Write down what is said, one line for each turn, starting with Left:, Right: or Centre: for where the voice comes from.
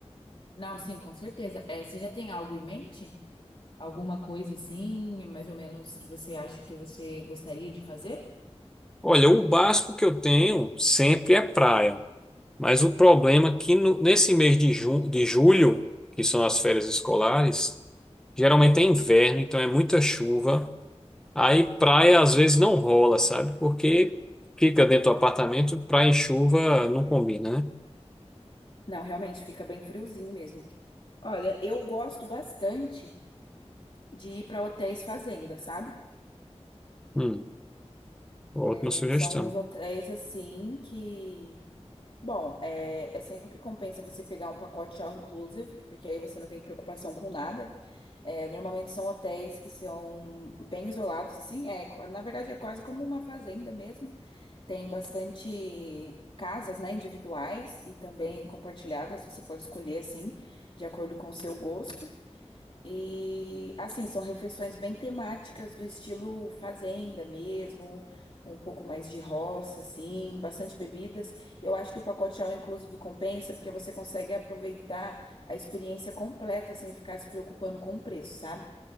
Left: Não, sim, com certeza. É, você já tem algo em mente? Alguma coisa assim, mais ou menos, que você acha que você gostaria de fazer?
Centre: Olha, o básico que eu tenho sempre é praia, mas o problema é que no- nesse mês de, ju- de julho, que são as férias escolares, geralmente é inverno, então é muita chuva. Aí praia às vezes não rola, sabe? Porque fica dentro do apartamento, praia e chuva não combina, né?
Left: Não, realmente fica bem friozinho mesmo. Olha, eu gosto bastante de ir para hotéis fazenda, sabe?
Centre: Hum, ótima
Left: É,
Centre: sugestão.
Left: são uns hotéis assim que, bom, é, é sempre compensa você pegar um pacote all inclusive, porque aí você não tem preocupação com nada. É, normalmente são hotéis que são bem isolados, assim. É, qua- na verdade é quase como uma fazenda mesmo. Tem bastante casas, né, individuais e também compartilhadas. Você pode escolher assim, de acordo com o seu gosto. E assim, são refeições bem temáticas do estilo fazenda mesmo, um pouco mais de roça, assim, bastante bebidas. Eu acho que o pacote all inclusive compensa porque você consegue aproveitar a experiência completa sem ficar se preocupando com o preço, sabe?